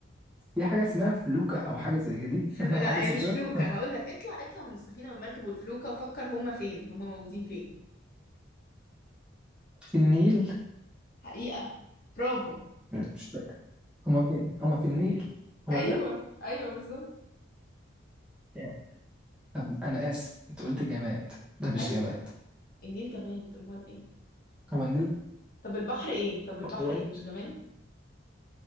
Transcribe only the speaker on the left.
فل...
لا
هي
مش
فلوكة هقول لك اطلع اطلع من السفينة والمركب والفلوكة وفكر هما فين هما موجودين فين
حقيقة برافو
ايوه
ايوه بالظبط
ايوه
النيل جماد امال ايه
ط- طب البحر ايه طب البحر
ايه مش جماد